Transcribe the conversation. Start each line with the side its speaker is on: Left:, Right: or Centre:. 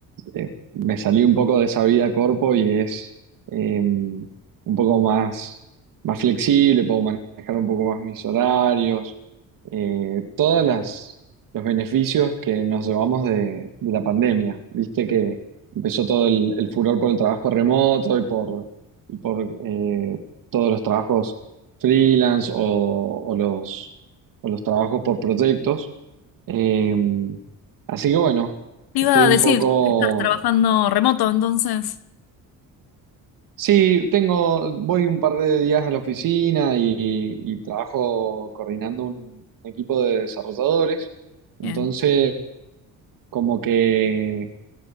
Right: eh, me salí un poco de esa vida corpo y es eh, un poco más, más flexible, puedo manejar un poco más mis horarios, eh, todas las, los beneficios que nos llevamos de, de la pandemia. Viste que empezó todo el, el furor por el trabajo remoto y por, y por eh, todos los trabajos freelance o, o los, o los trabajos por proyectos. Eh, así que bueno,
Left: Te
Right: estoy
Left: iba a
Right: un
Left: decir
Right: poco
Left: que estás trabajando remoto, entonces.
Right: Sí, tengo, voy un par de días a la oficina y, y trabajo coordinando un equipo de desarrolladores. Entonces,
Left: Bien.
Right: como que,